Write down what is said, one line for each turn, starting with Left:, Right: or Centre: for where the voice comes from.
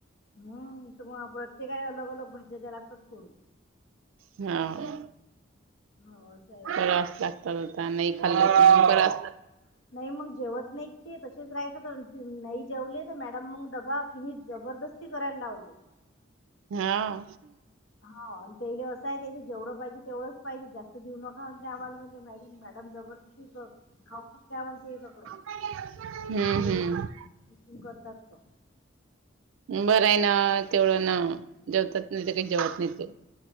Left: हम तर म प्रत्येकाला अलग-अलग भाज्या द्या लागतात करून.
Right: नावं.
Left: हो असंय
Right: करावस लागतं त्यान नई खाल्लं तर मग करावस
Left: नाही मंग जेवत नाहीत ते तशेच राहायता तर नाही जेवले तर मॅडम मंग डबा फिनिश जबरदस्त ती कराय लावते.
Right: हां.
Left: हाव त्यायले असा आहे ते जे जेवढं पाहिजे तेवढच पाहिजे जास्त देऊ न हां ते आम्हाले म्हटले मॅडी मॅडम <unintelligible> खाऊनच जा म्हणते हे सगळं.
Right: हम्म हम्म.
Left: <unintelligible> करतात तो.
Right: बरं आहे ना तेवढं ना जेवतात नई ते कई जेवत नई ते.